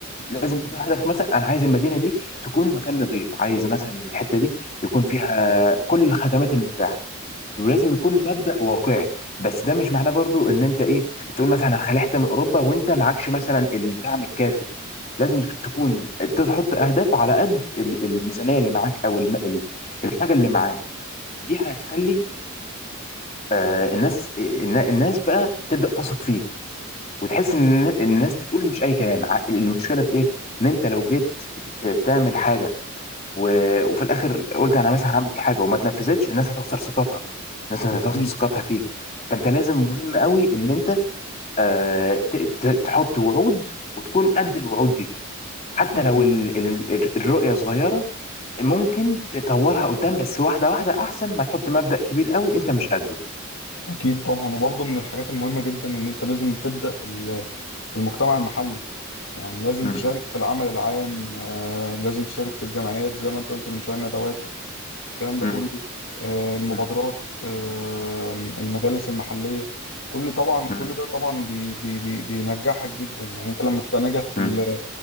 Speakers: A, on the left; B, on the left.
A: لازم يكون هدفك مثلا انا عايز المدينه دي تكون مكان نظيف عايز مثلا الحته دي يكون فيها كل الخدمات المتاحه ولازم يكون مبدأ واقعي بس ده مش معناه برضو ان انت ايه تقول مثلا هخلي حته من اوروبا وانت معكش مثلا الدعم الكافي لازم تكون تحط اهداف على قد ال- الميزانيه اللي معاك او الم- ال- الحاجه اللي معاك دي هيخلي آه، الناس النا- الناس بقى تبدأ تثق فيك وتحس ان الناس بتقول مش اي كلام ع- المشكله في ايه ان انت لو جيت ت- تعمل حاجه و... وفي الاخر قلت انا مثلا هعمل حاجه وما تنفذتش الناس هتخسر ثقتها الناس هتخسر
B: اكيد
A: ثقتها فيك فانت لازم مهم قوي ان انت آه، ت... ت... تحط وعود وتكون قد الوعود دي حتى
B: اكيد
A: لو ال... ال... ال- الرؤيه صغيره ممكن تطورها قدام بس واحده واحده احسن ما تحط مبدأ كبير قوي انت مش قده
B: اكيد طبعا وبرضه من الحاجات المهمه جدا ان انت لازم تبدا في ال- في المجتمع المحلي يعني لازم
A: مم.
B: تشارك في العمل العام آه، لازم تشارك في الجمعيات زي ما انت قلت من شويه ندوات الكلام ده
A: مم.
B: كله آه، المبادرات
A: مم.
B: آه، المجالس المحلية كل طبعا
A: مم.
B: كل ده طبعا بي بي بي بينجحك جدا يعني انت لما تبقى ناجح في
A: مم.
B: ال